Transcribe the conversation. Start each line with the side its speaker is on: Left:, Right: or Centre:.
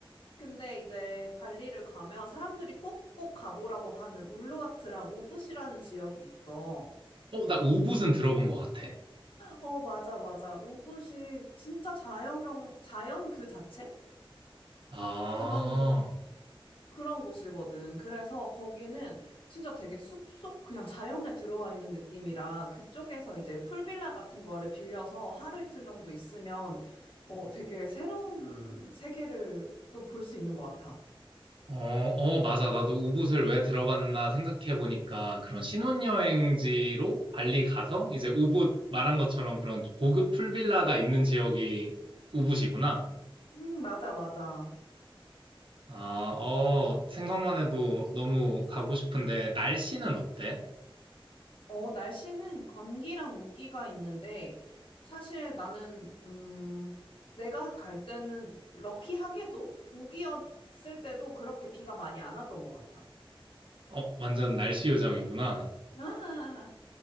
Left: 근데 이제 발리를 가면 사람들이 꼭꼭 가보라고 하는 울루와트랑 우붓이라는 지역이 있어.
Right: 어, 나 우붓은 들어본 것 같아.
Left: 어, 맞아, 맞아. 우붓이 진짜 자연경, 자연 그 자체?
Right: 아,
Left: 그런 그런 곳이거든. 그래서 거기는 진짜 되게 숲속 그냥 자연에 들어와 있는 느낌이라 그쪽에서 이제 풀빌라 같은 거를 빌려서 하루 이틀 정도 있으면 어, 되게 새로운 세계를 또 볼 수 있는 것 같아.
Right: 어, 어, 맞아. 나도 우붓을 왜 들어봤나 생각해보니까 그런 신혼여행지로 발리 가서 이제 우붓 말한 것처럼 그런 고급 풀빌라가 있는 지역이 우붓이구나.
Left: 음, 맞아, 맞아.
Right: 아, 어, 생각만 해도 너무 가고 싶은데 날씨는 어때?
Left: 어, 날씨는 건기랑 우기가 있는데 사실 나는 음, 내가 갈 때는 럭키하게도 우기였을 때도 그렇게 비가 많이 안 왔던 것 같아.
Right: 어, 완전 날씨 요정이구나.
Left: <laughs>